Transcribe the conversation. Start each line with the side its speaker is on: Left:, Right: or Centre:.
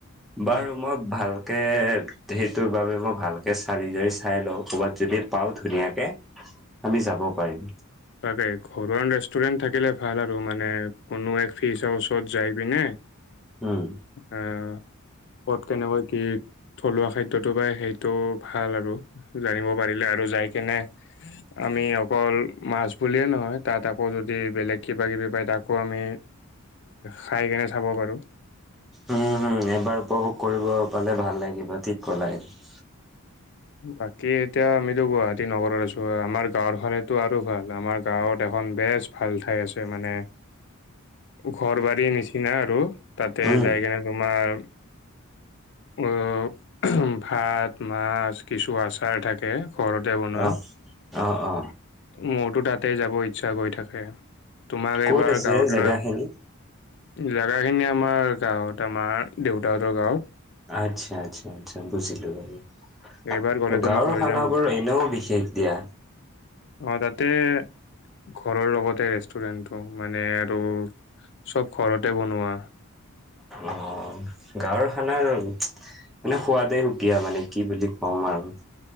Centre: বাৰু
Left: উম।
Centre: মই ভালকে - সেইটোৰ বাবে, মই ভালকে চালি জাৰি চাই লওঁ, কৰ'বাত যদি পাও ধুনীয়াকে। আমি যাব পাৰিম।
Left: তাকে, ঘৰুৱা ৰেষ্টুৰেণ্ট থাকিলে ভাল আৰু মানে কোনো এক ফিচৰ ওচৰত যাই পিনে <inaudible>
Centre: উম।
Left: আহ, ক'ত কেনেকৈ কি থলুৱা খাদ্যটো বাই সেইটো ভাল আৰু, জানিব পাৰিলে আৰু যাই কেনে আমি অকল মাছ বুলিয়ে নহয়, তাত আকৌ যদি বেলেগ কিবা-কিবি পায়, তাকো আমি খাই কেনে চাব পাৰো।
Centre: উম, হুম, এবাৰ উপভোগ কৰিব পালে ভাল লাগিব, ঠিক ক'লা এইটো।
Left: বাকী এতিয়া আমিতো গুৱাহাটী নগৰত আছোঁ, আমাৰ গাঁৱৰ ফালেতো আৰু ভাল আমাৰ গাঁৱত এখন বেষ্ট। ভাল ঠাই আছে মানে, ঘৰ বাৰীৰ নিচিনা আৰু তাতে
Centre: উম
Left: যাই কেনে তোমাৰ উম, ভাত, মাছ, কিছু আচাৰ থাকে। ঘৰতে বনোৱা।
Centre: অ', অ অ',।
Left: মোৰতো তাতে যাব ইচ্ছা গৈ থাকে। তোমাক
Centre: ক'ত
Left: এইবাৰ
Centre: আছে
Left: গাঁৱত
Centre: জেগাখিনি
Left: লৈ জাগাখিনি আমাৰ গাঁৱত আমাৰ দেউতাহঁতৰ গাঁৱত।
Centre: আচ্ছা আচ্ছা আচ্ছা, বুজিলোঁ বাৰু।
Left: এইবাৰ গ'লে তোমাক
Centre: গাঁৱৰ
Left: লৈ
Centre: খানাবোৰ
Left: যাম। মই।
Centre: এনেও বিশেষ দিয়া।
Left: অ', তাতে ঘৰৰ লগতে ৰেষ্টুৰেণ্টটো, মানে আৰু চব ঘৰতে বনোৱা।
Centre: অ'। গাঁৱৰ খানাৰ মানে সোৱাদে সুকীয়া মানে কি বুলি ক'ম আৰু।